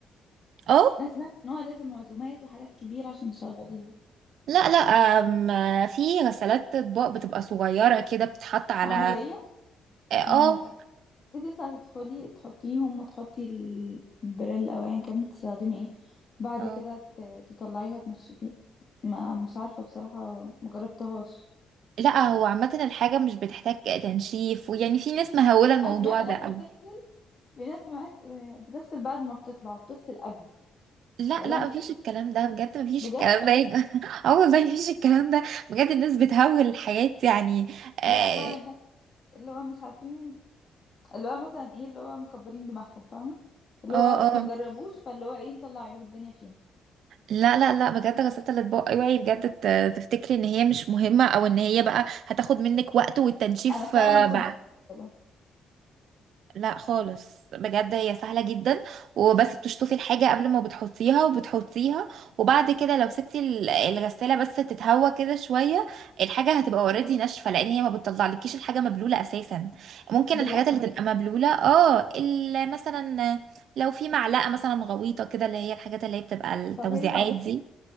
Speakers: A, on the right; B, on the left.
A: اه
B: انا سمعت ان هو لازم عزومات وحاجات كبيره عشان تشغليها
A: لا لا أم، في غسالات اطباق بتبقى صغيرة كده بتتحط على
B: عملية
A: اه
B: يعني تبتدي ساعة تدخلي تحطيهم وتحطي ال- البريل أو أيا كان بتستخدمي ايه بعد
A: اه
B: كده ت- تطلعيها تنشفيه ما مش عارفة بصراحة مجربتهاش
A: لا هو عامة الحاجة مش بتحتاج تنشيف ويعني في ناس مهولة الموضوع
B: أنا سمعت ناس
A: ده أوي
B: بتغسل في ناس سمعت آه، بتغسل بعد ما بتطلع وبتغسل قبل
A: لا
B: فاللي
A: لا
B: هو انت
A: مفيش الكلام ده بجد مفيش
B: بجد
A: الكلام ده يبقى <laughs> اه والله مفيش الكلام ده بجد الناس بتهول الحياة يعني اه
B: لا فعلا اللي هو مش عارفين اللي هو مثلا ايه اللي هو مكبرين دماغهم فاهمة اللي
A: اه
B: هو ما
A: آه.
B: جربوش فاللي هو ايه نطلع عيوب الدنيا فيها
A: لا لا لا بجد غسالة الأطباق اوعي بجد ت- تفتكري ان هي مش مهمة او ان هي بقى هتاخد منك وقت والتنشيف
B: أنا فعلا
A: آه،
B: كنت
A: بقى
B: فاكرة كده
A: لا خالص بجد هي سهلة جدا وبس بتشطفي الحاجة قبل ما بتحطيها وبتحطيها وبعد كده لو سبتي ال- الغسالة بس تتهوى كده شوية الحاجة هتبقى اوريدي ناشفة لان هي ما بتطلعلكيش الحاجة مبلولة اساسا ممكن
B: بجد
A: الحاجات اللي مم. تبقى مبلولة اه ال- مثلا لو في معلقة مثلا غويطة كده اللي هي الحاجات اللي هي بتبقى التوزيعات
B: طب هي
A: أو دي